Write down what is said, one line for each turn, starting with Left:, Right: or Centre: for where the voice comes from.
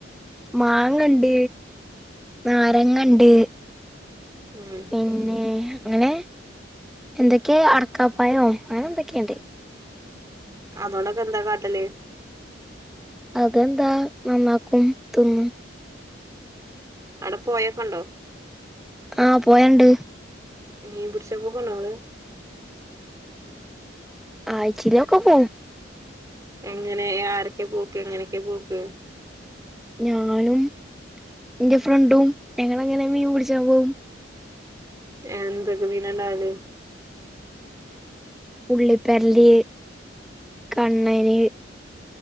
Centre: മാങ്ങണ്ട്, നാരങ്ങണ്ട്.
Right: ഉം
Centre: പിന്നെ അങ്ങനെ എന്തൊക്കെയ അടക്കാപ്പായോ അങ്ങനെ എന്തൊക്കെയുണ്ട്.
Right: അതോണ്ടൊക്കെ എന്താ കാട്ടല്?
Centre: അതെന്താ നന്നാക്കും തീനും.
Right: അവിടെ പോഴ ക്കെണ്ടോ?
Centre: ആഹ് പോഴണ്ട്.
Right: മീൻമ്പിടിച്ചാ പോ <unintelligible>
Centre: ആയിച്ചീലൊക്കെ പോകും.
Right: എങ്ങനെ? ആരൊക്കെ പോക്ക് എങ്ങനെയൊക്കെ പോക്ക്?
Centre: ഞാനും ഇന്റെ ഫ്രണ്ടും ഞങ്ങളങ്ങനെ മീൻപിടിച്ചാൻ പോവും.
Right: എന്തൊക്കെ മീനണ്ടാവല്?
Centre: പുള്ളിപേര്ല്, കണ്ണന്.